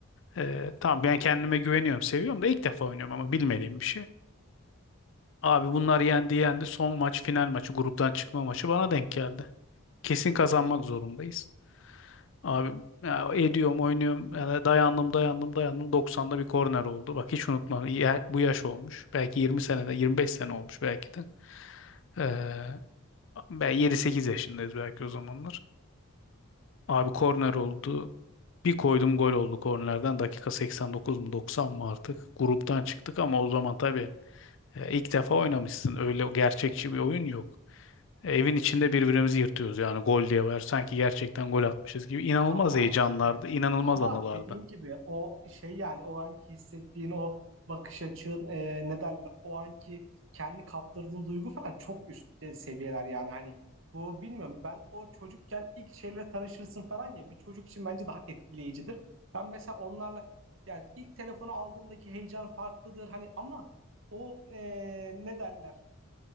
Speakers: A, on the left; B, on the right.
A: E, tamam ben kendime güveniyorum. Seviyorum da ilk defa oynuyorum ama bilmediğim bir şey. Abi bunlar yendi yendi. Son maç final maçı gruptan çıkma maçı bana denk geldi. Kesin kazanmak zorundayız. Abi ya ediyorum, oynuyorum. Yani dayandım, dayandım, dayandım. 90'da bir korner oldu. Bak hiç unutmam. Ya- bu yaş olmuş. Belki 20 senede, 25 sene olmuş belki de. Ee, ben 7-8 yaşındayız belki o zamanlar. Abi korner oldu. Bir koydum gol oldu kornerden. Dakika 89 mu 90 mı artık. Gruptan çıktık ama o zaman tabii e, ilk defa oynamışsın. Öyle gerçekçi bir oyun yok. Evin içinde birbirimizi yırtıyoruz yani gol diye var. Sanki gerçekten gol atmışız gibi. İnanılmaz
B: Ama
A: heyecanlardı,
B: işte
A: inanılmaz
B: ama
A: anılardı.
B: dediğim gibi o şey yani o anki hissettiğin o bakış açın e, ne derler o anki kendi kaptırdığın duygu falan çok üst seviyeler yani hani bu bilmiyorum ben o çocukken ilk şeylere tanışırsın falan ya bir çocuk için bence daha etkileyicidir. Ben mesela onlarla yani ilk telefonu aldığımdaki heyecan farklıdır hani ama o e, ne derler